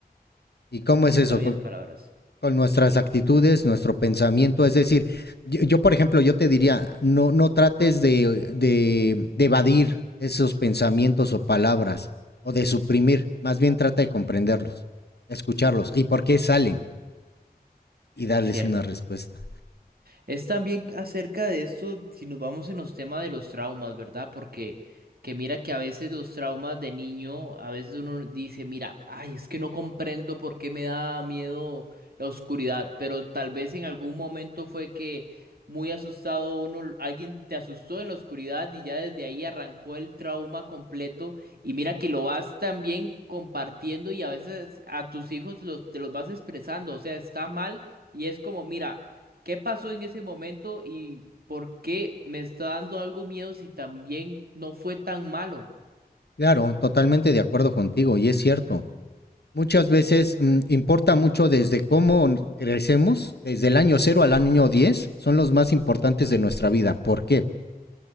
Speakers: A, on the left; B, on the right.
A: ¿Y cómo
B: Muy
A: es eso?
B: sabias palabras.
A: con nuestras actitudes, nuestro pensamiento. Es decir, yo, yo, por ejemplo, yo te diría, no, no trates de, de, de evadir esos pensamientos o palabras o de suprimir, más bien trata de comprenderlos, escucharlos y por qué salen y darles
B: Cierto.
A: una respuesta.
B: Es también acerca de esto, si nos vamos en los temas de los traumas, ¿verdad? Porque que mira que a veces los traumas de niño, a veces uno dice, mira, ay, es que no comprendo por qué me da miedo la oscuridad, pero tal vez en algún momento fue que muy asustado uno, alguien te asustó en la oscuridad y ya desde ahí arrancó el trauma completo y mira que lo vas también compartiendo y a veces a tus hijos los, te los vas expresando, o sea, está mal. Y es como, mira, ¿Qué pasó en ese momento y por qué me está dando algo miedo si también no fue tan malo?
A: Claro, totalmente de acuerdo contigo y es cierto. Muchas veces mm, importa mucho desde cómo crecemos, desde el año 0 al año 10, son los más importantes de nuestra vida. ¿Por qué?